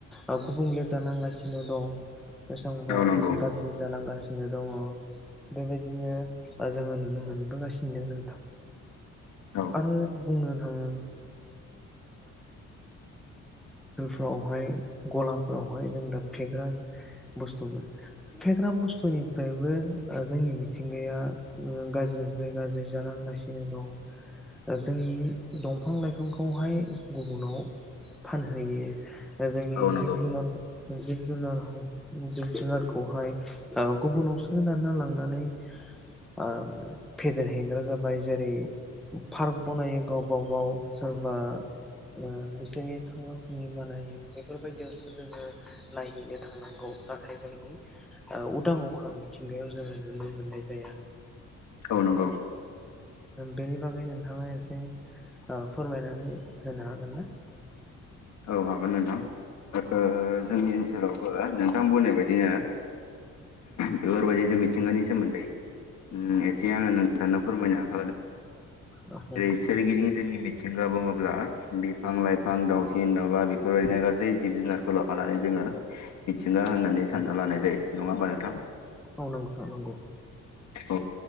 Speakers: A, in the centre; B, on the left (about 65°).
A: ओ गुबुंले जालां गासिनो दं बेसांबा
B: औ नंगौ औ नंगौ
A: गाज्रि जालांगासिनो नो दङ बेबायदिनो ओ जोङो नुनो नुनो मोनबोगासिनो दं नोंथां
B: औ
A: आरो बुंनो था फोरावहाय गलाफोरावहाय जों दा फेग्रा बुस्थुमोन फेग्रा बुस्थुनिफ्रायबो जोंनि मिथिंगाया गाज्रिनिफ्राय गाज्रि जानांगासिनो दं जोंनि दंफां लाइफांखौहाय गुबुनाव फानहोयो दा जोंनि
B: औ नंगौ
A: जिब जुनार जिब जुनार जिब जुनारखौहाय ओ गुबुनावसो लांना लानानै ओ फेदेरहैग्रा जाबाय जेरै पार्क बनायो गावबा गाव सोरबा ओ बिसोरनि थांना थानायनि बानायो बेफोरबायदियावसो जोङो नायहैनो थांनांगौ नाथाय जोंनि ओ उदां अख्रां मिथिंगायाव जोङो नुनो मोननाय जाया
B: औ नंगौ
A: बेनि बागै नोंथाङा एसे ओ फोरमायनानै होनो हागोन ना
B: औ हागोन नोंथां ओ जोंनि ओनसोलाव बो नोंथां बुंनाय बायदिनो बेफोरबायदिनो मिथिंगानि सोमोन्दै उम एसे आङो नोंथांनो फोरमायनो आखायाव लादों
A: औ नोंथां
B: जेरै सोरगिदिं जोंनि मि थिंगा बुङोब्ला बिफां लाइफां दाउ सिन दाउला बेफोरबायदिनो गासै जिब जुनारखौ लाफानानै जोङो मिथिंगा होननानै सानना लानाय जायो नङा होमबा नोंथां
A: औ नंगौथ' नंगौ
B: औ